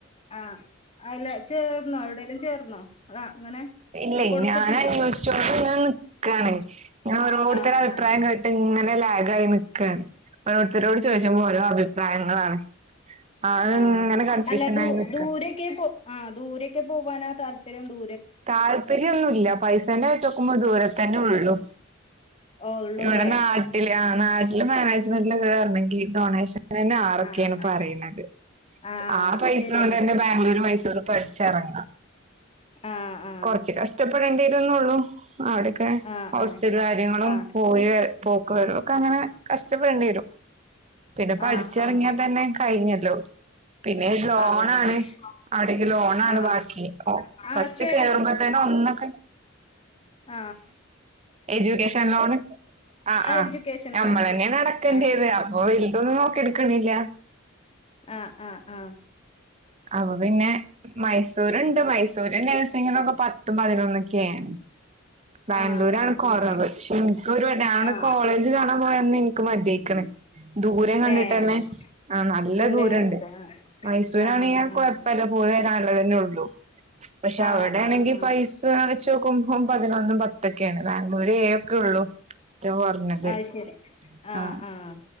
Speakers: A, on the left; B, on the right.
A: ആഹ അല്ല ചേർന്നോ എവിടെലും ചേർന്നോ അതാ അങ്ങനെ
B: ഇല്ല
A: കൊടുത്തിട്ടീനോ
B: ഞാനാ അന്വഷിച്ചോണ്ട് നിക്കാണ് ഞാ ഓരോരുത്തരുടെ
A: ആഹ്
B: അഭിപ്രായ
A: ആഹ്
B: കേട്ട ഇങ്ങനെ ലാഗായി ക്ക ഓരോരുത്തരോട് ചോദിച്ചപ്പൊ ഓരോ അഭിപ്രായങ്ങളാണ്. അത്
A: ആഹ
B: ഇങ്ങനെ കൺഫ്യൂഷനായി
A: അല്ല ദു
B: നിക്കാ
A: ദൂരൊക്കെ പോ ആ ദൂരൊക്കെ പോ പോവാനാ താല്പര്യം ദു
B: താല്പര്യന്നുല്ല പൈസേന്റെ ആഴച്ചോക്കുമ്പോ ദൂരെ തന്നെ ഉള്ളു
A: ഓ ഉള്ളൂല്ലേ
B: ഇവിടെ നാട്ടില്
A: ഉം
B: ആ നാട്ടില് മാനേജ്മെന്റില് കേറാണെങ്കി ഡൊണേഷൻ ന്നെ ആറൊക്കെയാണ്
A: ആഹ് ആഹ്
B: പറീണത്.
A: ആഹ്
B: ആ പൈസ
A: ശരിയാണ്
B: കൊണ്ട് തന്നെ ബാംഗ്ലൂര് മൈസൂർ പഠി ചെറാങ്ങാം
A: ആഹ് ആഹ്
B: കൊറച്ച് കഷ്ടപ്പെടേണ്ടിരന്നള്ളൂ അവിടെക്കെ
A: ആഹ്
B: ഹോസ്റ്റൽ
A: ആഹ്
B: കാര്യങ്ങളും
A: ആഹ്
B: പോയി പോക്ക് വരും
A: ആഹ്
B: ഒക്കെ അങ്ങനെ കഷ്ടപ്പെടേണ്ടി വരും പിന്നെ
A: ആഹ്
B: പഠിച്ചിറങ്ങിയാൽ
A: ആഹ്
B: തന്നെ കഴിഞ്ഞല്ലോ. പിന്നെ ലോണാണ്
A: അതെ അതെ
B: അവിട ക്കെ ലോണ
A: ആഹ്
B: ബാക്കി
A: ആഹ്
B: ഫസ്റ്റ്
A: സ്റ്റഡി
B: കേറുമ്പോതന്നെ ഒന്നൊക്കെ
A: ആ
B: എജ്യൂക്കേഷൻ ലോൺ ആഹ
A: ആ
B: ആഹ്
A: എഡ്യൂക്കേഷൻ
B: നമ്മൾ
A: ആഹ്
B: തന്നെ അ ടക്കണ്ടത്
A: ആഹ്
B: അപ്പൊ വെൽതൊന്നും നോക്കി ക്ക്ണില്ല
A: ആഹ് ആഹ് ആഹ
B: അപ്പൊ പിന്നെ മൈസൂരുണ്ട്. മൈസൂര് <unintelligible> പത്തും പതിനൊന്നൊക്കെയ ആണ് ബാംഗ്ലൂര്
A: ആഹ് ആഹ്
B: ആണ് കൊറവ്.
A: ആഹ്
B: ഒരുവട്ട
A: ആഹ്
B: കോളേജ് കാണാൻ പോയന്ന് എനിക്ക് മതിയായ്ക്ക്ണ് ദൂരെ കണ്ടിട്ടന്നെ
A: ഏഹ്
B: ആ നല്ല
A: ദൂരം
B: ദൂരണ്ട്.
A: കണ്ടിട്ട് ആഹ്
B: മൈസൂരാണെങ്കി
A: ആഹ്
B: കൊഴപ്പല്ല പോയി വരാനുള്ളതന്നെ ഉള്ളൂ പക്ഷെ
A: ആഹ്
B: അവിടെയാണെങ്കിൽ
A: ആഹ് ആഹ് ആഹ്
B: പൈസ വെച്ച് നോക്കുമ്പോം പതിനൊന്നും പത്തൊക്കെയാണ് ബാംഗ്ലൂര് ഏയോക്കെ ഉള്ളു. പറഞ്ഞത്
A: അത് ശരി ആഹ്
B: ആഹ
A: ആഹ്